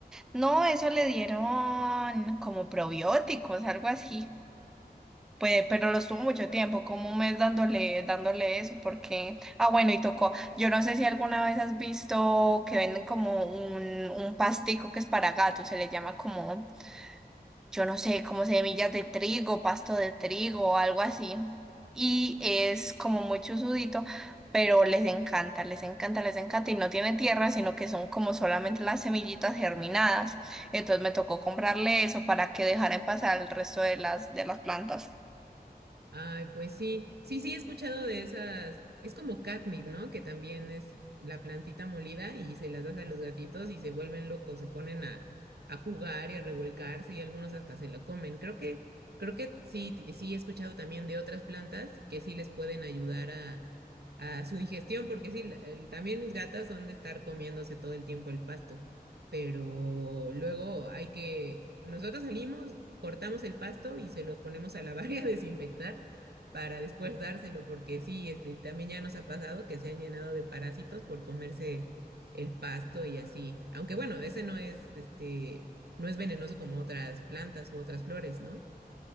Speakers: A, in the centre; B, on the right (about 80°).
A: No, eso le dieron como probióticos, algo así. Pues, pero lo estuvo mucho tiempo, como un mes dándole, dándole eso, porque, ah, bueno, y tocó. Yo no sé si alguna vez has visto que venden como un, un pastico que es para gatos, se le llama como, yo no sé, como semillas de trigo, pasto de trigo o algo así. Y es como muy chusudito, pero les encanta, les encanta, les encanta. Y no tiene tierra, sino que son como solamente las semillitas germinadas. Entonces me tocó comprarle eso para que dejaran pasar el resto de las, de las plantas.
B: Ay, pues sí, sí, sí, he escuchado de esas, es como catnip, ¿no? Que también es la plantita molida y se las das a los gatitos y se vuelven locos, se ponen a, a jugar y a revolcarse y algunos hasta se lo comen. Creo que, creo que sí, ti- sí he escuchado también de otras plantas que sí les pueden ayudar a, a su digestión, porque sí, la- el- también mis gatas son de estar comiéndose todo el tiempo el pasto, pero luego hay que, nosotros salimos, cortamos el pasto y se los ponemos a lavar <laughs> y a desinfectar para después dárselo, porque sí, este, también ya nos ha pasado que se han llenado de parásitos por comerse el pasto y así. Aunque bueno, ese no es, este, no es venenoso como otras plantas u otras flores, ¿no?